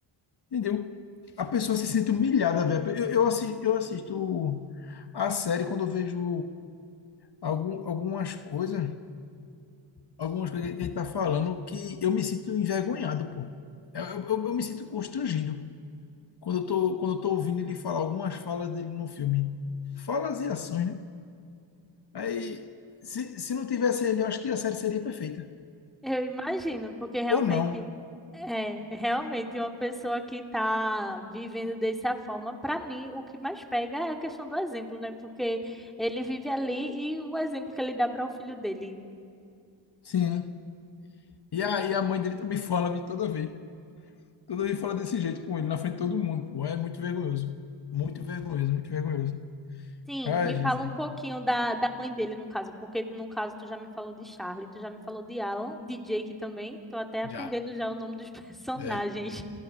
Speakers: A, on the left; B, in the centre.
A: Entendeu? A pessoa se sente humilhada, velho. Eu, eu, assi- eu assisto a série quando eu vejo algum, algumas coisas, algumas coisas que ele tá falando que eu me sinto envergonhado, pô. É, Eu, eu, eu me sinto constrangido quando eu tô, quando eu tô ouvindo ele falar algumas falas dele no filme. Falas e ações, né? Aí, se, se não tivesse ele, eu acho que a série seria perfeita.
B: Eu imagino, porque realmente
A: Ou não.
B: é realmente uma pessoa que está vivendo dessa forma, para mim, o que mais pega é a questão do exemplo, né? Porque ele vive ali e o exemplo que ele dá para o filho dele.
A: Sim. né? E a, e a mãe dele também <laughs> fala de toda vez. Toda vez fala desse jeito com ele, na frente de todo mundo, pô. É muito vergonhoso. Muito vergonhoso, muito vergonhoso.
B: Sim,
A: Ai,
B: me
A: Jesus.
B: fala um pouquinho da, da mãe dele, no caso, porque no caso tu já me falou de Charlie, tu já me falou de Alan, de Jake também, tô até aprendendo
A: Já.
B: já o nome dos <laughs> personagens.
A: É.